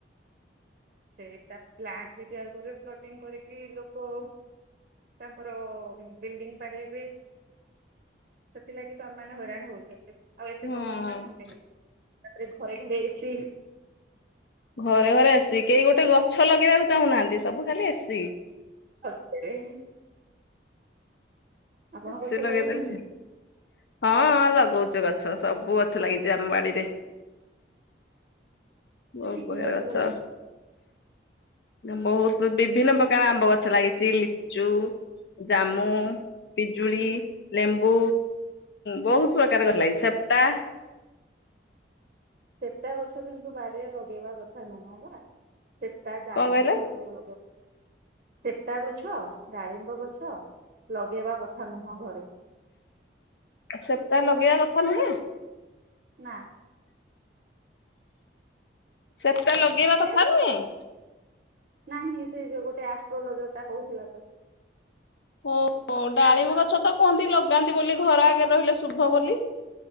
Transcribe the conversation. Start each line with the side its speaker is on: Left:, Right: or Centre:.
Right: ସେଇଟା ପ୍ଲାଣ୍ଟ ବି ତିଆରି କରିକି ଫ୍ଲଟିଂ କରିକି ଲୋକ ତାଙ୍କର ବିଲ୍ଡିଙ୍ଗ ବାଡେଇବେ। ସେଥିଲାଗି ତ ଆମେମାନେ ହଇରାଣ ହଉଚନ୍ତି। ଆଉ ଏତେ
Left: ହଁ
Right: ଗରମ ଟା କଣ ପାଇଁ ହେଇଥାନ୍ତା ତାପରେ ଘରେ ଘରେ ଏସି।
Left: ଘରେ ଘରେ ଏସି କେହି ଗୋଟେ ଗଛ ଲଗେଇବାକୁ ଚାହୁଁନାହାନ୍ତି ସବୁ ଖାଲି ଏସି।
Right: ହ <inaudible> ଆପଣ
Left: ଏସି
Right: ଗଛ
Left: ଲଗେଇଦେଲେ
Right: ଲଗଉଛନ୍ତି
Left: ହଁ ଲଗଉଚି ଗଛ ସବୁ ଗଛ ଲାଗିଚି ଆମ ବାଡିରେ। ବହୁତ୍
Right: କି
Left: ପ୍ରକାର
Right: କି
Left: ଗଛ।
Right: ଲଗେଇ
Left: ବହୁତ ବିଭିନ୍ନ ପ୍ରକାର ଆମ୍ବ ଗଛ ଲାଗିଚି ଲିଚୁ, ଜାମୁ ପିଜୁଳି, ଲେମ୍ବୁ ବହୁତ ପ୍ରକାର ଗଛ ଲାଗିଚି ସେପ୍ଟା।
Right: ସେପ୍ଟା ଗଛ କିନ୍ତୁ ବାରିରେ ଲଗେଇବା କଥା ନୁହଁ ବା। ସେପ୍ଟା ଡାଳିମ୍ବ
Left: କଣ କହିଲେ
Right: ଏଇ ସବୁ ଲଗେଇ ସେପ୍ଟା ଗଛ ଡାଳିମ୍ବ ଗଛ ଲଗେଇବା କଥା ନୁହଁ ଘରେ।
Left: ସେପ୍ଟା ଲଗେଇବା କଥା ନୁହେଁ?
Right: ନା।
Left: ସେପ୍ଟା ଲଗେଇବା
Right: କେଜାଣି
Left: କଥା ନୁହେଁ?
Right: ନାହିଁ ସେ ଯୋ ଗୁଟେ ଆଷ୍ଟ୍ରୋଲୋଜର ଟା କହୁଥିଲା ତ।
Left: ଓହୋ ଡାଳିମ୍ବ ଗଛ ତ କୁହନ୍ତି ଲଗାନ୍ତି ବୋଲି ଘର ଆଗରେ ରହିଲେ ଶୁଭ ବୋଲି।